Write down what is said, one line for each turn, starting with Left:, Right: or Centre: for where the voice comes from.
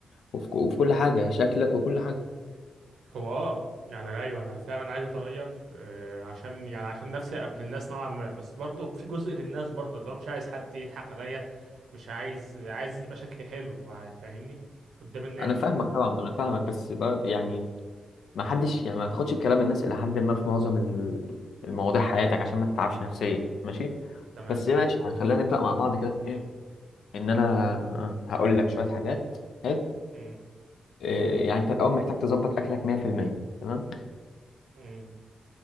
Left: وفي... ك- وفي كل حاجة شكلك وكل حاجة
Right: هو اه يعني أنا- ايوه انا فعلا عايز اتغير آه، عشان يعني عشان نفسي قبل الناس نوعا ما بس برضو في جزء للناس برضو اللي هو مش عايز حد يضحك عليا مش عايز عايز يبقى شكلي حلو وع- فاهمني قدام الناس
Left: انا فاهمك
Right: يعني
Left: طبعا ما انا فاهمك بس بر... يعني ما حدش يعني ما تاخدش بكلام الناس الى حد ما في معظم ال- المواضيع حياتك عشان ما تتعبش نفسيا ماشي
Right: تمام
Left: بس ماشي يعني خلينا نبدأ مع بعض كده ان انا هقول لك شويه حاجات حلو
Right: م-
Left: إيه، يعني انت الاول محتاج تظبط اكلك 100% تمام
Right: م-